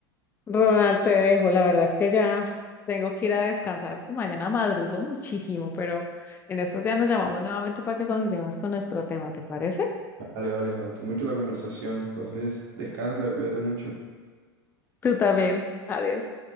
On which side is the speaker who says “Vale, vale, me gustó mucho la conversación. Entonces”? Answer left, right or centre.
Right